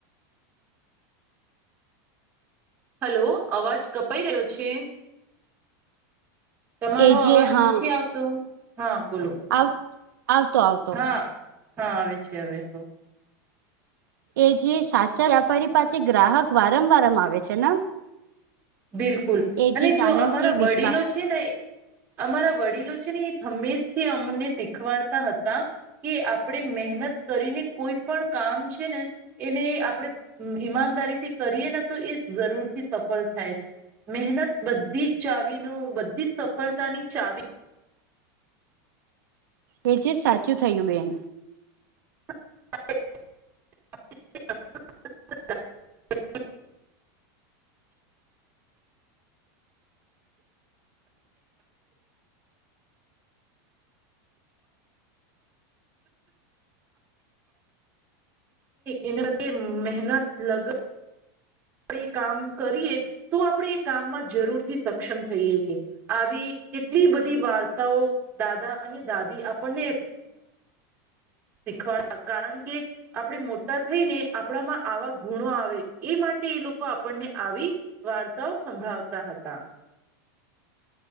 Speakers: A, on the right (about 20°); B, on the right (about 85°).
A: હલો અવાજ કપાઈ રહ્યો છે તમારો
B: એ
A: અવાજ
B: જે હા
A: નથી આવતો હા બોલો
B: આવ આવતો આવ
A: હા હા આવે છે હવે તો
B: એ જે સાચા વ્યાપારી પાસે ગ્રાહક વારંવારમ આવે છે ને
A: બિલકુલ
B: એ
A: અને
B: જે
A: જો
B: કારણ
A: અમારા
B: કે
A: વડીલો
B: વિશ્વાસ
A: છે ને અમારા વડીલો છે ને એ હંમેશથી અમને શીખવાડતા હતા કે આપણે મહેનત કરીને કોઈ પણ કામ છે ને એને આપણે ઈમાનદારી થી કરીએ ને તો એ જરૂર સફળ થાય છે મહેનત બધી ચાવીનું બધી જ સફળતાની ચાવી
B: એ જે સાચું થયું બેન
A: <unintelligible> એના પ્ર મહેનત લગ આપણે કામ કરીએ તો આપણે એ કામમાં જરૂરથી સક્ષમ થઈએ છીએ આવી કેટલી બધી વાર્તાઓ દાદા અને દાદી આપણને શીખવા કારણ કે આપણે મોટા થઈ ને આપણામાં આવા ગુણો આવે એ માટે એ લોકો આપણને આવી વાર્તાઓ સંભળાવતા હતા